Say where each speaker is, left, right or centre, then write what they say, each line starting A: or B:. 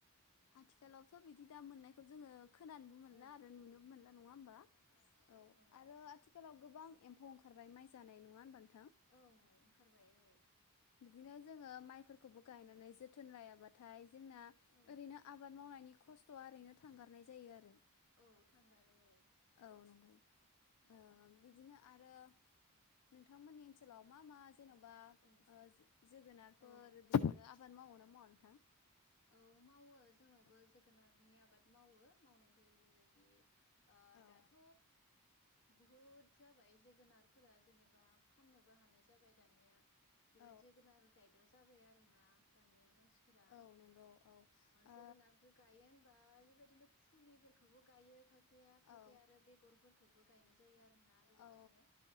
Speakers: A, on the left (about 75°); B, on the left (about 60°).
A: आथिखालावथ' बिदि दा मोननायखौ जोङो खोनानोबो मोनला
B: औ
A: आरो नुनोबो मोनला नङा होमबा औ
B: औ
A: आरो आथिखाल आथिखालावबां एम्फौ ओंखारबाय माइ जानाय नङा होनबानो
B: औ' ओंखारबाय औ'।
A: बिदिनो जोङो माइफोरखौ खौबो गायनानै
B: औ
A: जोथोन लाय आबाद‌। नाथाय जोंना।
B: औ
A: ओरैनो आबाद मावनायनि। खस्थ'आ ओरैनो थांगारनाय जायो आरो।
B: औ थांगारो औ।
A: औ नंगौ।
B: औ
A: ओ बिदिनो आरो नोंथांमोननि ओनसोलाव मा मा जेन'बा
B: औ
A: बा जोगोनारफोर
B: औ
A: बिदिनो आबाद मावोना मावा नोथां!
B: औ मावो जोंनावबो जोगोनारनि आबाद मावो मावनाय जायो बेबायदि
A: औ
B: दाथ' बहुद जाबाय जोगोनारफोरा जेनेबा फाननोबो हानाय जाबाय दानिया बिराद
A: औ
B: जोगोनार गायग्रा जाबाय आरो ना। दानिया। मानसिफोरा
A: औ नंगौ औ ओ औ
B: जोगोनारखौ गायो होमबा बेबायदि बिदिनो फुलिफोरखौबो गायो खाय खायफाया खायफाया
A: औ
B: आरो बेगरफोरखौबो गायनाय ज जायो आरो ना बेबायदिनो
A: आ